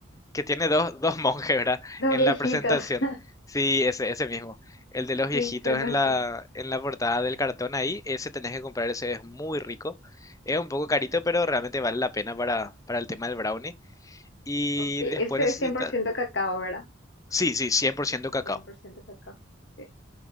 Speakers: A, on the left (about 15°); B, on the left (about 60°).
A: que tiene dos, <laughs> dos monjes, ¿verdad?
B: dos
A: En
B: viejitos.
A: la presentación.
B: <laughs>
A: Sí, ese, ese mismo. El de los viejitos
B: Sí, conozco.
A: en la, en la portada del cartón ahí, ese tenés que comprar, ese es muy rico. Es un poco carito, pero realmente vale la pena para, para el tema del brownie. Y
B: Ok. Ese
A: después necesitas...
B: es cien por ciento cacao, ¿verdad?
A: Sí, sí, 100% cacao.
B: cien por ciento cacao. Ok.